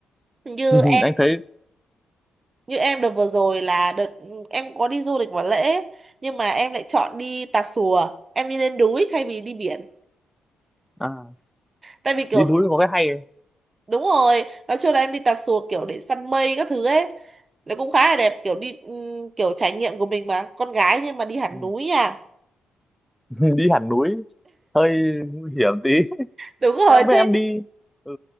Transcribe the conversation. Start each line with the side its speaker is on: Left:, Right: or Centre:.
Right: như
Centre: <laughs> anh thấy
Right: như em đợt vừa rồi là đợt em có đi du lịch vào lễ nhưng mà em lại chọn đi Tà Xùa em đi lên núi thay vì đi biển
Centre: à
Right: tại vì kiểu
Centre: đi núi có cái hay ấy.
Right: đúng rồi nói chung là em đi Tà Xùa kiểu để săn mây các thứ ấy nó cũng khá là đẹp kiểu đi ừm, kiểu trải nghiệm của mình mà con gái nhưng mà đi hẳn
Centre: Ừ.
Right: núi à
Centre: <laughs> đi hẳn núi hơi nguy hiểm tí <laughs>
Right: đúng rồi
Centre: thế không biết
Right: thế
Centre: em đi ừ